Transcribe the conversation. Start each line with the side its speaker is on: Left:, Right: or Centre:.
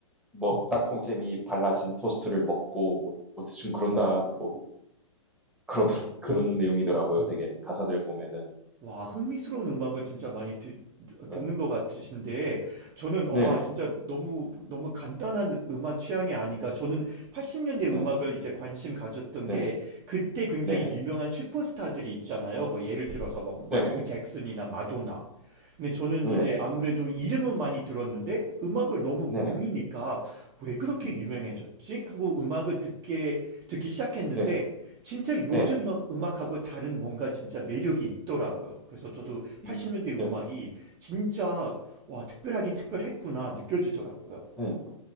Centre: 뭐 땅콩잼이 발라진 토스트를 먹고 뭐, 뭐 대충 그런다 뭐 그러던 그런 내용이더라고요. 되게 가사들 보면은.
Right: 와, 흥미스러운 음악을 진짜 많이 듣, 듣는
Centre: 음,
Right: 것 같으신데, 저는, 와,
Centre: 네.
Right: 진짜 너무, 너무 간단한 음악 취향이 아닌가. 저는 80년대 음악을
Centre: 네.
Right: 이제 관심 가졌던
Centre: 네네.
Right: 게, 그때 굉장히
Centre: 네네.
Right: 유명한 슈퍼스타들이 있잖아요. 뭐, 예를 들어서 뭐, 마이클
Centre: 네네.
Right: 잭슨이나 마도나. 근데 저는
Centre: 네네.
Right: 이제 아무래도 이름은 많이 들었는데, 음악을 너무 모르니까,
Centre: 네네.
Right: 왜 그렇게
Centre: 음.
Right: 유명해졌지? 하고 음악을 듣게, 듣기 시작했는데,
Centre: 네네.
Right: 진짜 요즘
Centre: 네네.
Right: 막 음악하고 다른 뭔가 진짜 매력이 있더라고요. 그래서 저도 80년대
Centre: 음. 네네.
Right: 음악이 진짜 와, 특별하긴 특별했구나 느껴지더라고요.
Centre: 네.